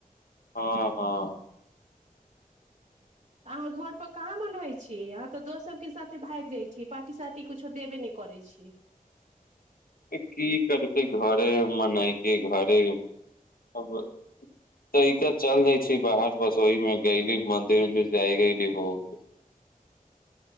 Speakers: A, on the left (about 80°); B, on the right (about 55°).
A: हँ हँ
B: अहाँ घरपर कहाँ मनबै छीियै अहाँ तऽ दोस्त सभके साथे भागि जाइ छी पार्टी सार्टी किछो देबे नहि करै छी
A: की करते घरे मनायके घरे तहिके चल जाै छै बाहर बस ओहिमे गयली मन्दिर उन्दिर जाययली हो गेली